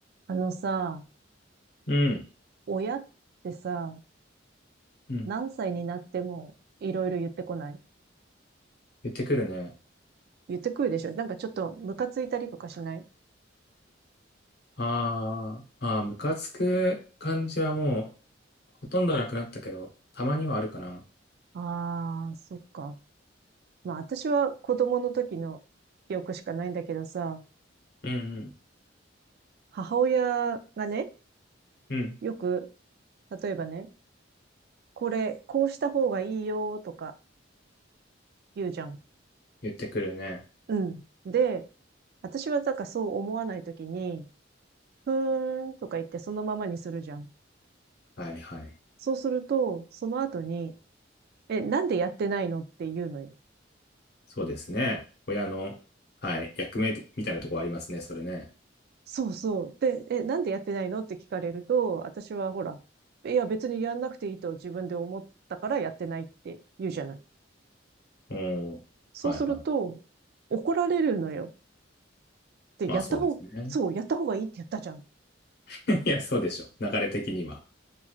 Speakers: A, on the right (about 55°); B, on the left (about 60°).
A: あのさ、
B: うん、
A: 親ってさ、
B: うん。
A: 何歳になってもいろいろ言ってこない
B: 言ってくるね。
A: 言ってくるでしょなんかちょっとムカついたりとかしない
B: あーあー、ムカつく感じはもう、ほとんどなくなったけど、たまにはあるかな。
A: ああー、そっか。まあ私は子供の時の記憶しかないんだけどさ、
B: うん、うん、
A: 母親がね、
B: うん。
A: よく、例えばね、これ、こうした方がいいよとか言うじゃん。
B: 言ってくるね。
A: うん。で、私はなんかそう思わないときに、ふーんとか言ってそのままにするじゃん。
B: はい、はい。
A: そうすると、その後に、え、なんでやってないのって言うのよ。
B: そうですね。親の、はい、役目みたいなとこありますね、それね。
A: そうそう。で、え、なんでやってないのって聞かれると、私はほら、いや別にやんなくていいと自分で思ったからやってないって言うじゃない。
B: うん、
A: そうすると、
B: はい、はい。
A: 怒られるのよ。で、
B: まあ、
A: やった方、
B: そうですね。
A: そう、やった方がいいってやったじゃん。
B: <laughs> いや、そうでしょ。流れ的には。